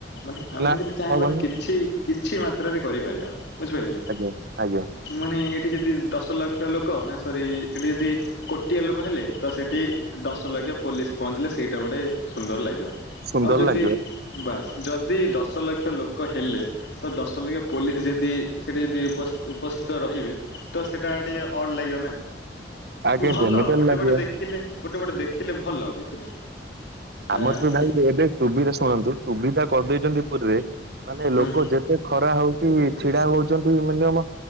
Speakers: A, on the left; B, on the right.
A: ମାନେ ଆମେ
B: ନା
A: ଯଦି ଚାହିଁବା
B: ହବନି
A: କିଛି କିଛି ମାତ୍ରରେ କରିପାରିବା ବୁଝିପାରିଲେ କି?
B: ଆଜ୍ଞା ଆଜ୍ଞା।
A: ମାନେ ଏଇଠି ଯଦି ଦଶ ଲକ୍ଷ ଲୋକ। ନା ସରି ଏଠି ଯଦି କୋଟିଏ ଲୋକ ହେଲେ ତ ସେଠି ଦଶ ଲକ୍ଷ ପୋଲିସ ପହଞ୍ଚିଲେ ସେଇଟା ଗୋଟେ ସୁନ୍ଦର ଲାଗିବ। ଆଉ
B: ସୁନ୍ଦର
A: ଯଦି
B: ଲାଗିବ
A: ବାସ୍ ଯଦି ଦଶ ଲକ୍ଷ ଲୋକ ହେଲେ ତ ଦଶ ଲକ୍ଷ ପୋଲିସ ଯଦି ସେଇଠି ଯଦି ଉପ ଉପସ୍ଥିତ ରହିବେ ତ ସେଇଟା ଟିକିେ ଅଡ଼୍ ଲାଗିବ ନା।
B: ଆଜ୍ଞା
A: ଭଲ
B: ଯେମିତି ହେଲେ
A: ଗୋଟେ
B: ଲାଗିବ।
A: ପଟେ ଦେଖିଲେ ଗୋଟେ ପଟେ ଦେଖିଲେ ଭଲ କିଛି ନାହିଁ?
B: ଆମର
A: ଆ
B: ତ ଭାଇ
A: ହୁଁ
B: ଏବେ ସୁବିଧା ଶୁଣନ୍ତୁ ସୁବିଧା କରିଦେଇଛନ୍ତି ପୁରୀରେ ମାନେ
A: ହୁଁ
B: ଲୋକ ଯେ- - ଏ ଖରା ହଉଚି ଛିଡା ହଉଚନ୍ତି ମିନିୟମ